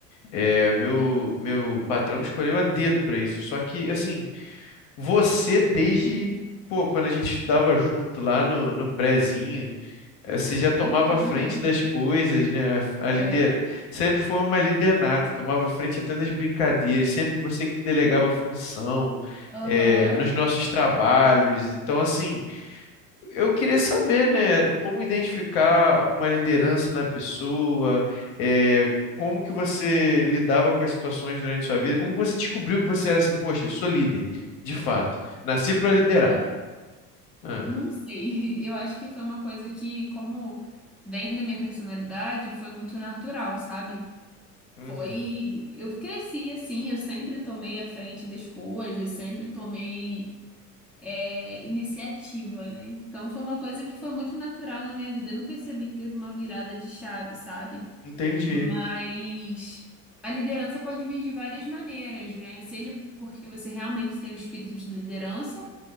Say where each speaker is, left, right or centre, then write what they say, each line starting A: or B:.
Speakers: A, on the left (about 50°); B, in the centre.
A: É, meu,
B: sim.
A: meu patrão me escolheu a dedo para isso. Só que, assim, você desde, pô, quando a gente estudava junto lá no, no prézinho eh, Você já
B: <laughs>
A: tomava a frente das coisas, né? A líder
B: É,
A: sempre foi uma líder nata, tomava a frente até das brincadeiras, sempre você que delegava função,
B: aham.
A: eh, nos nossos trabalhos. Então, assim, eu queria saber, né, como identificar uma liderança na pessoa, eh, como que você lidava com as situações durante sua vida, como você descobriu que você era assim, poxa, eu sou líder, de fato, nasci para liderar.
B: Então,
A: Ah,
B: não sei. <laughs> Eu acho que foi uma coisa que, como vem da minha personalidade, foi muito natural, sabe?
A: uhum.
B: Foi. Eu cresci assim, eu sempre tomei a frente das coisas, sempre tomei é, iniciativa, né? Então foi uma coisa que foi muito natural na minha vida. Eu não percebi que teve uma virada de chave, sabe?
A: Entendi.
B: Mas a liderança pode vir de várias maneiras, né? Seja porque você realmente tem o espírito de liderança,